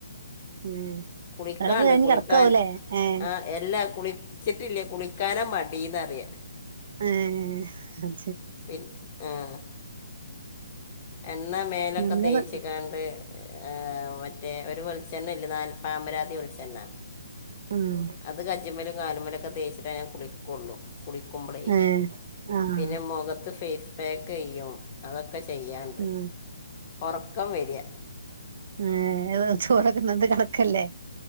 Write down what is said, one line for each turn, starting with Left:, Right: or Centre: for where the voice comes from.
Right: ഏഹ്
Left: കുളിക്കാണ്ട്
Right: പണികളൊക്കെ കഴിഞ്ഞ്
Left: കുളിക്കാൻ
Right: കിടക്കാവൂല്ലേ ഏഹ്
Left: ആഹ് എല്ലാ കുളി ച്ചിട്ടില്ല കുളിക്കാന മടീന്നർയാ
Right: ഏഹ് അ
Left: പിന് ആഹ് എണ്ണ മേലൊക്ക
Right: ഞങ്ങള്
Left: തേച്ച്കാണ്ട് ആഹ് മറ്റേ ഒരു വെള് ച്ചെണ്ണല്ലേ നാൽ‌പാമരാതി വെള്ച്ചെണ്ണ
Right: ആഹ്
Left: അത് കച്ച്മലും കാലുമലൊക്കെ തേച്ചിട്ടാ ഞാൻ കുളിക്കോള്ളു കുളിക്കുമ്പളേ
Right: ഏ ആഹ്
Left: പിന്നെ മൊഖത്ത് ഫേസ് പാക്കെയ്യും അതൊക്കെ ചെയ്യാണ്ട്
Right: ഉം
Left: ഒറക്കം വര്യാ
Right: ഏഹ് <unintelligible> ചോറക്കെ തിന്നത് കണക്കല്ലേ